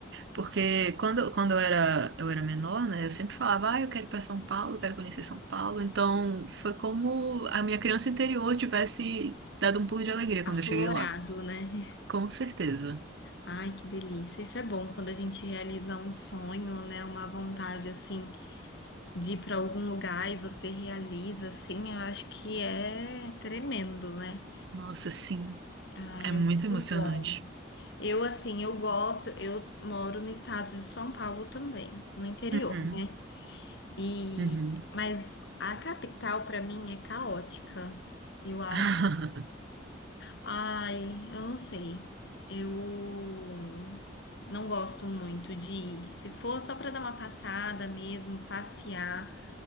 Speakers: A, on the right; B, on the left.
A: Porque quando, quando eu era, eu era menor, né, eu sempre falava, ah, eu quero ir para São Paulo, eu quero conhecer São Paulo. Então foi como a minha criança interior tivesse dado um pulo de alegria
B: aflorado,
A: quando eu cheguei lá.
B: né?
A: Com certeza.
B: Ai, que delícia. Isso é bom quando a gente realiza um sonho, né? Uma vontade assim de ir para algum lugar e você realiza assim, eu acho que é tremendo, né?
A: Nossa, sim,
B: Ai,
A: é
B: é
A: muito
B: muito
A: emocionante.
B: bom. Eu assim, eu gosto, eu moro no estado de São Paulo também, no interior,
A: Uhum,
B: né? E
A: uhum.
B: mas a capital para mim é caótica. Eu acho
A: <laughs>
B: Ai, eu não sei. Eu não gosto muito de ir. Se for só para dar uma passada mesmo, passear,